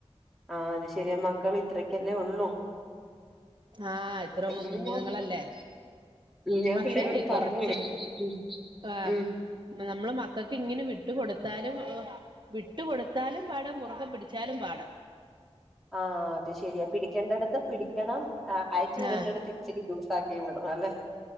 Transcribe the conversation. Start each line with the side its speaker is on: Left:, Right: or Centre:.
Centre: ആഹ് അത് ശരിയാ മക്കൾ ഇത്രക്കല്ലേ ഒള്ളു.
Right: ആഹ് ഇത്രൊന്നും
Centre: എങ്കിലും
Right: കുഞ്ഞുങ്ങളല്ലേ
Centre: ഞാൻ ഞാൻ
Right: പക്ഷേ
Centre: പിള്ളേരോട് പറഞ്ഞു
Right: കൊറച്ച്
Centre: കൊടുത്തു ഉം
Right: ആഹ്
Centre: ഉം
Right: നമ്മള് മക്കക്ക് ഇങ്ങനെ വി ട്ട് കൊടുത്താലും വിട്ട് കൊടുത്താലും പാട മുറകെ പിടിച്ചാലും പാട.
Centre: ആഹ് അത് ശരിയാ പിടിക്കേണ്ടടത്ത് പിടിക്കണം. ആഹ് അയച്ചു വിടണ്ടടുത്ത്
Right: ആഹ്
Centre: ഇച്ചിരി ലൂസാക്കിയും വിടണം ല്ലേ?